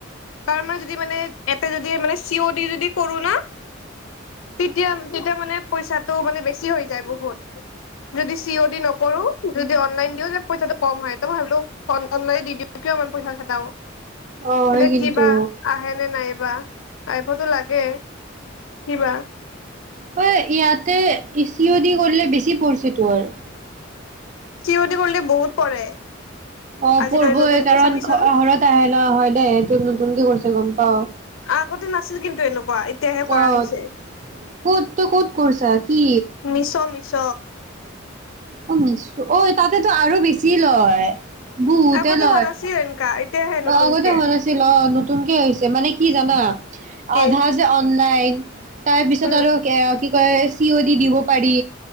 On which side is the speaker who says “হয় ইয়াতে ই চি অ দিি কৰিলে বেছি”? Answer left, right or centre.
Right